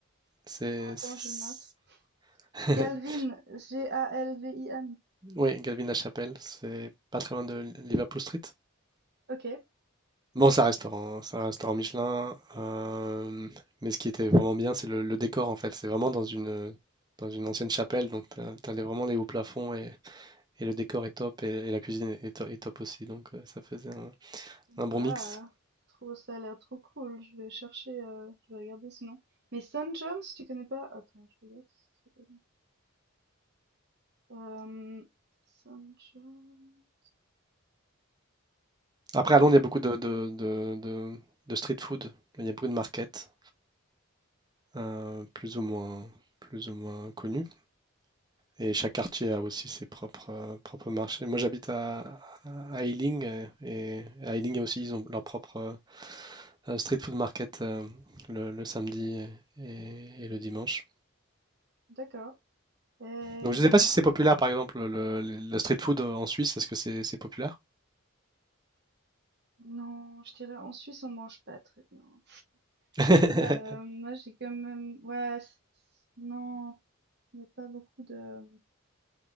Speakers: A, on the right; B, on the right.
A: C'est.
B: Attends,
A: c'est-
B: je note.
A: <laughs>
B: Galvin, G-A-L-V-I-N.
A: Oui, Galvin La Chapelle. C'est pas très loin de Liverpool Street.
B: Ok.
A: Bon, c'est un restaurant, hein, c'est un restaurant Michelin. euh, Mais ce qui était vraiment bien, c'est le, le décor en fait. C'est vraiment dans une, dans une ancienne chapelle. Donc, t'as, t'as les- vraiment les hauts plafonds et, et le décor est top et, et la cuisine est, est to- est top aussi. Donc euh, ça faisait un, un bon
B: Waouh,
A: mix.
B: trop, ça a l'air trop cool. Je vais chercher, euh, je vais regarder sinon. Mais Sam Jones, tu connais pas? Attends, je regarde. si c'est- Euh, Sam Jones,
A: Après,
B: euh,
A: à Londres, il y a beaucoup de, de, de- de- de street food. Il y a beaucoup de markets, euh, plus ou moins, plus ou moins connus. Et chaque quartier a aussi ses propres, euh, propres marchés. Moi, j'habite à, à Ealing euh, et à Ealing aussi, ils ont leur propre euh, street food market euh, le, le samedi et, et le dimanche.
B: d'accord. Et
A: Donc, je
B: il
A: ne
B: y
A: sais
B: avait
A: pas si
B: un...
A: c'est populaire, par exemple, le, le- le street food en Suisse. Est-ce que c'est c'est populaire?
B: Non, je dirais en Suisse on mange pas très bien.
A: <laughs>
B: Euh, moi j'ai quand même, ouais, c'est- non, il n'y a pas beaucoup de.